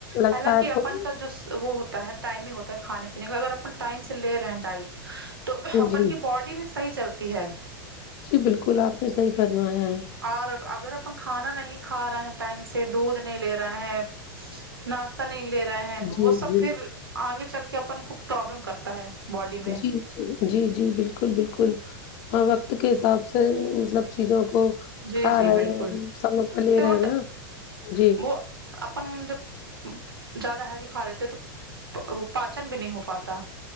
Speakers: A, on the left; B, on the right.
A: لگتا
B: حالکہ
A: ہے
B: اپن کا جو وہ ہوتا ہے ٹائمنگ ہوتا ہے کھانے پینے کا اگر اپن ٹائم سے لے رہے ہیں ڈائٹ تو اپن
A: جی
B: کی باڈی بھی صحیح چلتا ت ہے <unintelligible>
A: جی بالکل آپ نے صحیح فرمایا ہے
B: اور اگر اپن کھانا نہیں کھا رہے ہیں ٹائم سے دودھ نہیں لے رہے ہیں ناشتہ نہیں لے رہے ہیں وہ
A: جی
B: سب
A: جی
B: پھر آگے چل کے اپن کو پرابلم کرتا ہے باڈی میں
A: جی جی جی بالکل بالکل وقت کے حساب سے مطلب چیزوں کو
B: جی
A: کھا
B: جی
A: رہے
B: بالکل
A: ہیں سج پہ لے
B: پھر
A: رہے
B: وہ
A: نا جی
B: وہ اپن جب زیادہ ہے بھی کھا لیتے تو پاچن بھی نہیں ہو پاتا